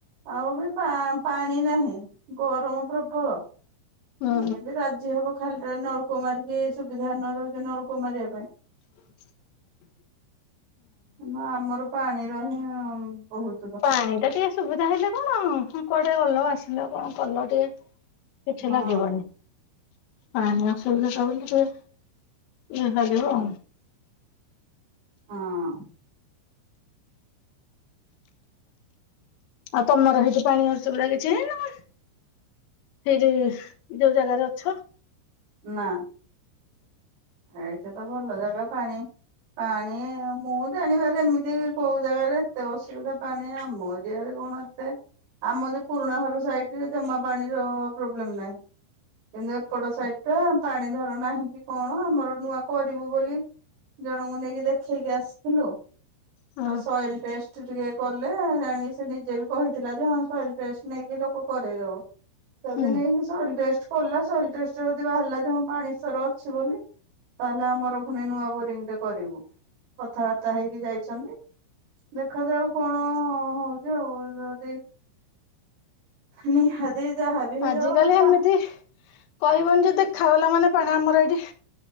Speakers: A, on the right; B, on the left.
A: ଆଉ ବି ପା - ପାଣି ନାହିଁ ଗରମ ପ୍ରବଳ।
B: ହୁଁ
A: ଇଏବେ ରାଜି ହବ ଖାଲି ଟା ନଳକ ମାରିକି ସୁବିଧା ନ ରହୁଛି ନଳକ ମାରିବା ପାଇଁ।
B: <inaudible>
A: ନା ଆମର ପାଣି ର ହିଁ ବହୁତ୍।
B: ପାଣି ଟା ଟିକେ ସୁବିଧା ହେଲେ କଣ କୁଆଡେ କଲ ଆସିଲ କଣ କଲ ଟିକେ। କିଛି
A: ହଁ
B: ଲାଗିବନି। ପାଣି ଅସୁବିଧା ସବୁ ଜିନିଷରେ ଇଏ ଲାଗିବ।
A: ହଁ।
B: ଆଉ ତମର ହେଇଛିି ପାଣି ଅସୁବିଧା କିଛି ହେଇନି। ସେଇଠି ଯୋଉ ଜାଗାରେ ଅଛ।
A: ନା ଏଇଟା ତ ଭଲ ଜାଗା ପାଣି ପାଣି ମୁଁ ଜାଣିବାର ଏମିତି କୋଉ ଜାଗାରେ ଏତେ ଅସୁବିଧା ପାଣି, ଆମ ଏରିଆରେ କଣ ଅ ଆମର ପୁରୁଣା ଘର ସାଇଟରେ ଜମା ପାଣିର ପ୍ରୋବ୍ଲେମ ନାହିଁ। କିନ୍ତୁ ଏପଟ ସାଇଟଟା ପାଣି ଧର ନାହିଁ କି କଣ, ଆମର ନୂଆ କରିବୁ ବୋଲି ଜଣଙ୍କୁ ନେଇକି ଦେଖେଇକି ଆସିଥିଲୁ,
B: ହଁ
A: ତ ସଏଲ ଟେଷ୍ଟ ଟିକେ କଲେ ଜାଣିଲେ <unintelligible> ସେ ନିଜେ ବି କହିଥିଲା ଯେ, ହଁ ସଏଲ୍ ଟେଷ୍ଟ ନେଇକି ଲୋକ କରେଇଦବ। ଯଦି
B: ହୁଁ
A: ନେଇକି ସଏଲ୍ ଟେଷ୍ଟ କଲ, ସଏଲ ଟେଷ୍ଟ ଯଦି ବାହାରିଲା ଯେ ହଁ ପାଣି ସର ଅଛି ବୋଲି ତାହେଲେ ଆମର ପୁଣି ନୂଆ ବୋରିଙ୍ଗ ଟେ କରିବୁ, କଥାବାର୍ତ୍ତା ହେଇକି ଯାଇଛନ୍ତି। ଦେଖାଯାଉ କଣ ହଉଛି ଆଉ, ଯଦି ନିହାତି ଯାହା ବି ହେଇଯାଉ
B: ଆଜିକାଲି
A: ଆମର
B: ଏମିତି
A: ପା
B: କହିବନି ଯେ ଦେଖାଗଲା ମାନେ ପାଣି ଆମର ଏଇଠି